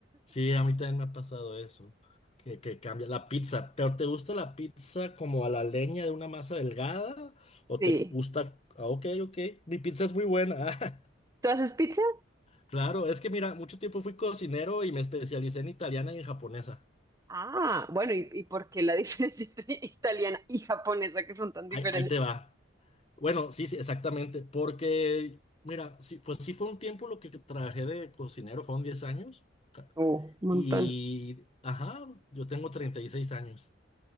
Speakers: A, on the left; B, on the right.
A: Sí, a mí también me ha pasado eso. Que, que cambia la pizza. ¿Pero te gusta la pizza como a la leña de una masa delgada? ¿O
B: sí.
A: te gusta... ah, ok, ok. Mi pizza es muy buena. <laughs>
B: ¿Tú haces pizza?
A: Claro, es que mira, mucho tiempo fui cocinero y me especialicé en italiana y en japonesa.
B: Ah, bueno, ¿y, y por qué la diferencia entre <laughs> italiana y japonesa que son tan diferentes?
A: Ahí, ahí te va. Bueno, sí, sí, exactamente, porque, mira, sí, pues sí fue un tiempo lo que trabajé de cocinero, fueron 10 años, ca-
B: Oh, un montón.
A: y, ajá, yo tengo 36 años,